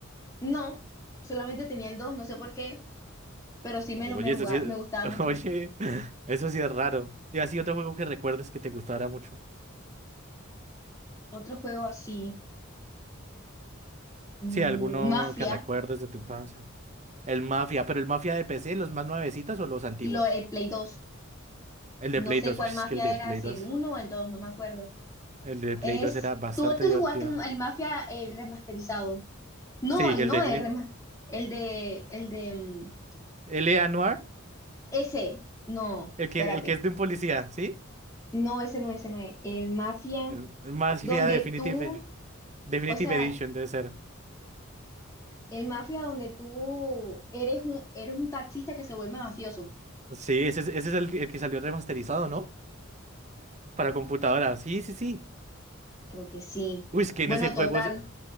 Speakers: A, on the left (about 15°); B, on the right (about 35°).
A: no, solamente tenía el 2, no sé por qué, pero sí me,
B: Oye,
A: lo, me, jugaba,
B: eso sí, es-
A: me gustaba
B: <laughs>
A: mucho.
B: oye, eso sí es raro. ¿Y así otro juego que recuerdes que te gustara mucho?
A: Otro juego así, mm,
B: Sí, alguno
A: Mafia.
B: que recuerdes de tu infancia. El Mafia, pero el Mafia de PC, ¿los más nuevecitos o los antiguos?
A: lo, el Play dos
B: El de
A: No
B: Play
A: sé
B: 2
A: cuál
B: uy, es
A: mafia
B: que el de
A: era,
B: Play
A: si
B: 2
A: el uno o el 2 no me acuerdo.
B: El de Play
A: Es.
B: 2 era bastante
A: Tú, tú
B: divertido.
A: te jugaste el mafia, el remasterizado. No,
B: Sí,
A: el
B: el
A: no
B: defini-
A: es rema El de. El de. mm,
B: L.A. Noir,
A: Ese. No,
B: el
A: espérate.
B: que, el que es de un policía, ¿sí?
A: No, ese no, ese no es. El mafia
B: El, el Mafia
A: donde
B: Definitive,
A: tú.
B: Definitive
A: O sea,
B: Edition debe ser.
A: el mafia donde tú eres un, eres un taxista que se vuelve mafioso.
B: Sí, ese es, ese es el, el que salió remasterizado, ¿no? Para computadora. Sí, sí, sí.
A: Creo que sí.
B: Uy, es que en
A: Bueno,
B: ese juego
A: total.
B: es,